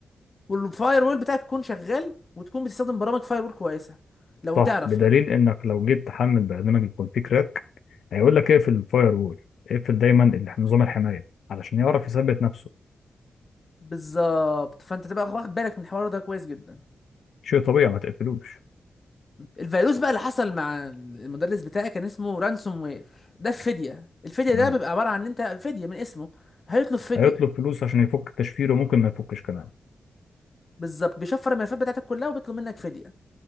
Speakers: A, on the left; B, on the left.
A: والفاير وول بتاعك يكون شغال وتكون بتستخدم برامج فاير وول كويسه لو
B: صح
A: تعرف
B: بدليل
A: يعني
B: انك لو جيت تحمل برنامج يكون فيه كراك هيقول لك اقفل الفاير وول اقفل دايما ال- نظام الحمايه علشان يعرف يثبت نفسه
A: بالظبط فانت تبقى واخد بالك من الحوار ده كويس جدا
B: شيء طبيعي ما تقفلوش
A: الفيروس بقى اللي حصل مع المدرس بتاعي كان اسمه رانسوم وير ده الفديه الفديه
B: تمام
A: ده بيبقى عباره عن ان انت فديه من اسمه هيطلب فديه
B: هيطلب فلوس عشان يفك التشفير وممكن ما يفكش كمان
A: بالظبط بيشفر الملفات بتاعتك كلها وبيطلب منك فديه